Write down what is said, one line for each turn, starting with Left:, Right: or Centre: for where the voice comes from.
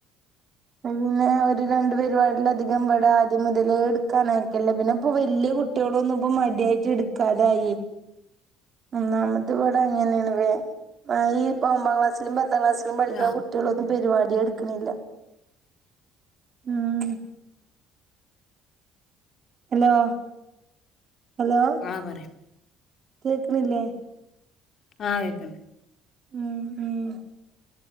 Right: ഇപ്പപിന്നെ ഒരു രണ്ടു പരിപാടിലധികം ഇവിടെ ആദ്യം മുതലേ എടുക്കാനാക്കില്ല പിന്നെ ഇപ്പൊ വല്യ- കുട്ടികളൊ ഒന്നും ഇപ്പോ മടിയായിട്ട് എടുക്കാതായി- ഒന്നാമത് ഇവിടെ അങ്ങനെയാണ് <unintelligible> ഈ ഒമ്പാം ക്ലാസ്സില് - ദെവസവും വരുന്ന
Left: അതാ
Right: കുട്ടികളൊന്നും പരിപാടി എടുക്കണില്ല- മ്ഹ് - ഹലോ ഹലോ
Left: ആ പറയും
Right: കേക്കണില്ലേ?
Left: ആഹ് കേക്കണ്ട്-
Right: മ് ഹ്-